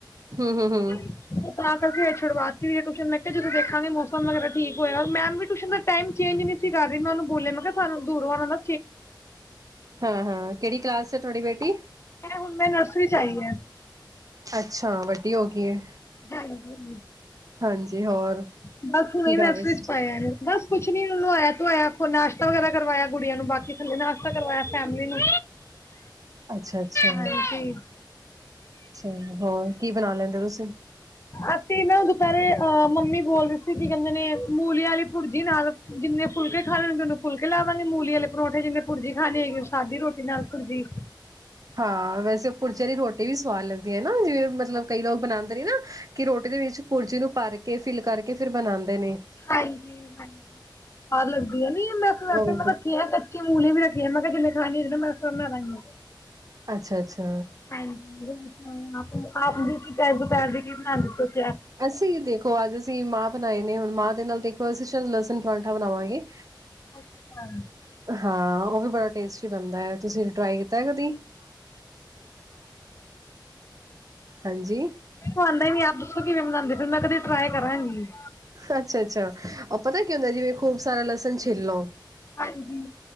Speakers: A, on the right; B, on the left.
A: ਹਮ ਹਮ ਹਮ।
B: ਉਹ ਤਾਂ ਕਰਕੇ ਉਹ ਛੁਡਵਾ ਤੀ ਹੇਈ ਹੈ ਟਊਸ਼ਨ ਮੈਂ ਕਿਹਾ ਜਦੋਂ ਦੇਖਾਂਗੇ ਮੌਸਮ ਵਗੈਰਾ ਠੀਕ ਹੋਇਆ। ਮੈਮ ਵੀ ਟਿਊਸ਼ਨ ਦਾ ਟਾਈਮ ਚੇਂਜ ਨਈ ਸੀ ਕਰ ਰਹੀ। ਮੈਂ ਉਹਨੂ ਬੋਲਿਆ, ਮੈਂ ਕਿਹਾ, ਸਾਨੂੰ ਦੂਰੋਂ ਆਲਾਂ ਦਾ
A: ਹਾਅ ਹਾਅ! ਕਿਹੜੀ ਕਲਾਸ ਹੈ ਤੁਹਾਡੀ ਬੇਟੀ?
B: ਇਹ ਹੁਣ ਨਾ ਨਰਸਰੀ' ਚ ਆਈ ਹੈ।
A: ਅੱਛਾ, ਵੱਡੀ ਹੋ ਗਈ ਏ।
B: ਹਾਂਜੀ,
A: ਹਾਂਜੀ ਹੋਰ
B: ਬਸ ਹੁਣੇ
A: ਕੀ
B: ਹੀ
A: ਕਰ
B: ਮੈਸੇਜ
A: ਰਹੇ ਸੀ?
B: ਪਾਇਐ, ਇਹਨੇ, ਬਸ। ਕੁਛ ਨੀ, ਇਹਨੂੰ ਨਵਾਇਆ ਧਵਾਇਐ ਨਾਸ਼ਤਾ ਵਗੈਰਾ ਕਰਵਾਇਐ ਗੁੜੀਆਂ ਨੂੰ, ਬਾਕੀੇ ਨਾਸ਼ਤਾ ਕਰਵਾਇਐ ਫੈਮਲੀ ਨੂੰ।
A: ਅੱਛਾ, ਅੱਛਾ।
B: ਹਾਂਜੀ
A: ਅੱਛਾ, ਹੋਰ, ਕੀ ਬਣਾ ਲੈਂਦੇ ਹੋ ਤੁਸੀਂ?
B: ਅਸੀਂ ਨਾ ਦੁਪਹਿਰੇ ਅਹ ਮੰਮੀ ਬੋਲ ਰਹੀ ਸੀ, ਕੀ ਕਹਿੰਦੇ ਨੇ ਮੂਲੀ ਵਾਲੀ ਭੁਰਜੀ ਨਾਲ ਜਿੰਨੇ ਫੁਲਕੇ ਖਾਣੇ ਉਹਨੂੰ ਫੁਲਕੇ ਲਾ ਦਾਂਗੀ, ਮੂਲੀੇ ਆਲੇ ਪਰੌਠੇ ਜਿੰਨੇ ਭੁਰਜੀ ਖਾਣੀ ਹੋਏਗੀ, ਸਾਦੀ ਰੋਟੀ ਨਾਲ ਭੁਰਜੀ।
A: ਹਾਂ, ਵੈਸੇ ਉਹ ਪੁਰਜੀ ਆਲੀ ਰੋਟੀ ਵੀ ਸਵਾਦ ਲੱਗਦੀ ਹੈ ਨਾ, ਜਿਵੇਂ ਮਤਲਬ, ਕਈ ਲੋਕ ਬਣਾਉਂਦੇ ਨੇ ਨਾ। ਕਿ ਰੋਟੀ ਦੇ ਵਿੱਚ ਭੁਰਜੀ ਨੂੰ ਭਰ ਕੇ, ਫਿਲ ਕਰਕੇ, ਫਿਰ ਬਣਾਂਦੇ ਨੇ।
B: ਹਾਂਜੀ ਹਾਂਜੀ, ਹਾਂ ਲੱਗਦੀ ਹੈ, ਨਹੀ ਬਸ ਵੈਸੇ
A: ਉਹ
B: ਮੈਂ
A: ਵੀ
B: ਕਿਹੈ ਤੇ। ਕਿ ਮੂਲੀ ਵੀ ਰੱਖੀ ਹੈ। ਮੈਂ ਕਿਹਾ ਜਿਹਨੇ ਖਾਣੀ ਹੋੁੰ ਨਾ ਮੈਂ ਉਸ ਟਾਈਮ ਬਣਾ ਦਵਾਂਗੀ।
A: ਅੱਛਾ, ਅੱਛਾ।
B: ਹਾਂਜੀ <inaudible>
A: ਅਸੀਂ? ਇਹ ਦੇਖ ਓ ਅੱਜ ਅਸੀਂ ਮਾਂ ਬਣਾਏ ਨੇ। ਹੁਣ ਮਾਂ ਦੇ ਨਾਲ ਦੇਖੋ ਅਸੀਂ ਸ਼ਾਇਦ ਲਸਣ ਪਰਾਂਠਾ ਬਣਾਵਾਂਗੇ।
B: ਅੱਛਾ।
A: ਹਾਂ, ਉਹ ਵੀ ਬੜਾ ਟੇਸਟੀ ਬਣਦਾ ਹੈ। ਤੁਸੀਂ ਟਰਾਈ ਕਿਤੈ, ਕਦੀ? ਹਾਂਜੀ?
B: ਮੈਨੂੰ ਤਾਂ ਆਉਂਦਾ ਹੀ ਨੀ। ਆਪ ਦੱਸੋ ਕਿਵੇਂ ਬਣਾਉਂਦੇ ਹੋ। ਫਿਰ ਮੈਂ ਕਦੀ ਟਰਾਈ ਕਰਾਂਗੀ।
A: ਅੱਛਾ, ਅੱਛਾ। ਉਹ ਪਤਾ ਕੀ ਹੁੰਦੈ? ਜਿਵੇਂ ਖੂਬ ਸਾਰਾ ਲਸਣ ਛਿੱਲ ਲੋ।
B: ਹਾਂਜੀ।